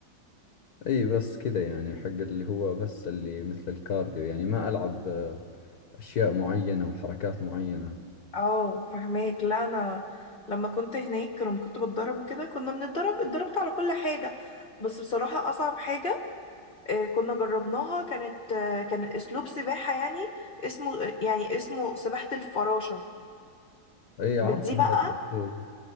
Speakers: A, on the left; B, on the left.
A: اي بس كذا يعني حق اللي هو بس اللي مثل الكارديو يعني ما العب آه، اشياء معينة وحركات معينة
B: اه فهماك لا أنا لما كنت هناك لما كنت بتدرب وكده كنا بنتدرب اتدربت على كل حاجة بس بصراحة أصعب حاجة آه، كنا جربناها كانت آه، كان اسلوب سباحة يعني اسمه يعني اسمه سباحة الفراشة
A: اي اعرف
B: دي
A: هذا
B: بقى
A: الاسلوب